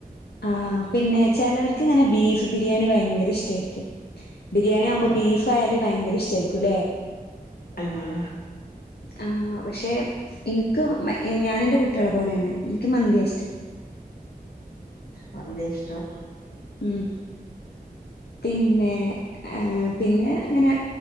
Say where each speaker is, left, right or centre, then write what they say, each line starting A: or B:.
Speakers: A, on the left; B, on the left.
A: ആഹ് പിന്നെ ചെലോര്ക്ക്ങ്ങനെ ബീഫ് ബിരിയാണി ഭയങ്കര ഇഷ്ടേര്ക്കും ബിരിയാണിയാവുമ്പോ
B: ആഹ്
A: ബീഫായാല് ഭയങ്കരഷ്ടായിരിക്കുല്ലെ
B: ആഹ്
A: ആഹ പക്ഷെ ഇൻക്ക് ഞാന് ൻ്റെ കുട്ടിയാളെ പോലെണ് ഇക്ക് മന്തിയഷ്ടം
B: മന്ത്യഷ്ടം
A: ഉം പിന്നെ ഏ ഹപിന്നെ ങ്ങനെ